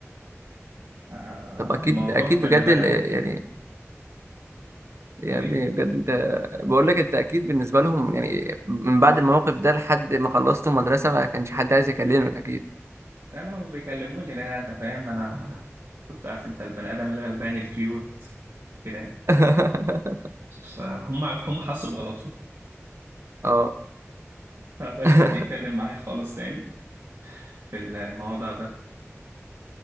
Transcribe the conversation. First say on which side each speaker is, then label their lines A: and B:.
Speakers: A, on the right (about 75°); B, on the right (about 60°).
A: آه،
B: طب أكيد
A: الموضوع
B: أكيد
A: خلي
B: بجد
A: بالك
B: ال- يعني يعني
A: تقول إيه
B: بجد أنت بقول لك أنت أكيد بالنسبة لهم يعني من بعد الموقف ده لحد ما خلصت المدرسة ما كانش حد عايز يكلمك أكيد
A: لا لا هم بيكلموني لا أنت فاهم أنا كنت عارف أنت البني آدم الغلباني الكيوت كده يعني
B: <laughs>
A: فهم هم حسوا بغلطهم
B: اه
A: ما بقاش
B: <laughs>
A: حد يتكلم معايا خالص تاني في الموضوع ده